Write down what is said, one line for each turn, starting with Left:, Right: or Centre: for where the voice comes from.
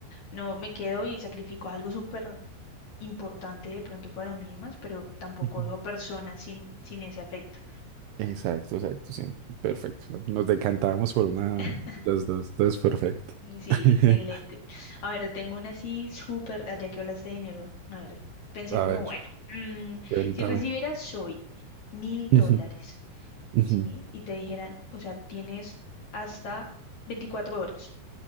Left: no me quedo y sacrifico algo súper importante de pronto para mí y demás, pero tampoco
Right: Ujú.
Left: dejo a personas sin, sin ese afecto.
Right: Exacto, exacto, sí. Perfecto. Nos decantábamos por una,
Left: <laughs>
Right: los dos. Entonces, perfecto.
Left: Sí,
Right: <laughs>
Left: excelente. A ver, tengo una así súper, ah, ya que hablaste de dinero, a ver, pensé
Right: A
Left: como,
Right: ver,
Left: bueno, mm,
Right: cuéntame.
Left: si recibieras hoy mil
Right: Ujú,
Left: dólares,
Right: ujú.
Left: ¿sí? Y te dijeran, o sea, tienes hasta 24 horas,